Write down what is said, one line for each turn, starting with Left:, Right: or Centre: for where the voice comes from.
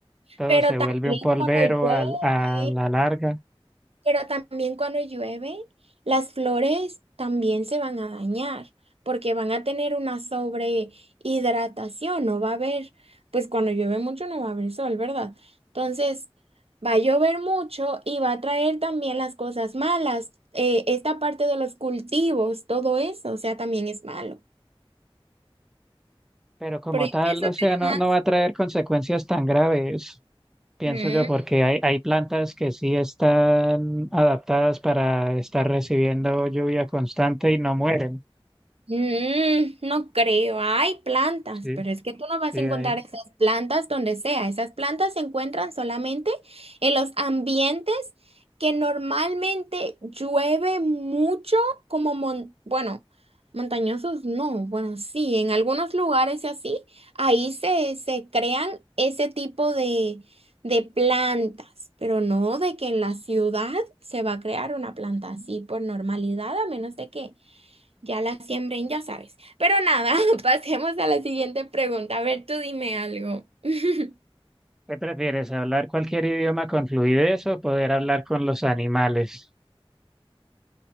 Centre: todo
Right: pero
Centre: se vuelve
Right: también
Centre: un polvero
Right: cuando llueve.
Centre: al- a la larga.
Right: Pero también cuando llueve, las flores también se van a dañar porque van a tener una sobrehidratación, no va a haber, pues cuando llueve mucho no va a haber sol, ¿verdad? Entonces, va a llover mucho y va a traer también las cosas malas, eh, esta parte de los cultivos, todo eso, o sea, también es malo.
Centre: Pero como
Right: Pero yo
Centre: tal,
Right: pienso
Centre: o sea,
Right: que
Centre: no,
Right: además...
Centre: no va a traer consecuencias tan graves, pienso
Right: Mm.
Centre: yo, porque hay, hay plantas que sí están adaptadas para estar recibiendo lluvia constante y no mueren.
Right: Mm, no creo, hay plantas,
Centre: Sí,
Right: pero es que tú no vas
Centre: sí,
Right: a encontrar
Centre: ahí.
Right: esas plantas donde sea. Esas plantas se encuentran solamente en los ambientes que normalmente llueve mucho, como, mon- bueno, montañosos no, bueno, sí, en algunos lugares y así, ahí se, se crean ese tipo de, de plantas, pero no de que en la ciudad se va a crear una planta así por normalidad, a menos de que ya la siembren, ya sabes. Pero nada, <laughs> pasemos a la siguiente pregunta. A ver, tú dime algo. <laughs>
Centre: ¿Qué prefieres, hablar cualquier idioma con fluidez o poder hablar con los animales?